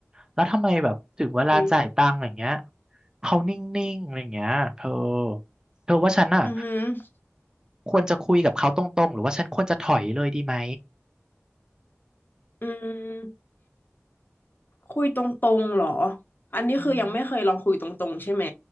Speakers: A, on the right; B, on the left.
A: แล้วทำไมแบบถึงเวลาจ่ายตังค์อย่างเงี้ย
B: อุ้ย
A: เขานิ่งๆอะไรอย่างเงี้ยเธอ เธอว่าฉันอ่ะ
B: อือฮึอ
A: ควรจะคุยกับเขาตรงๆหรือว่าฉันควรจะถอยเลยดีไหม
B: อืมคุยตรงๆเหรอ อันนี้คือยังไม่เคยลองคุยตรงๆใช่ไหม
A: อืม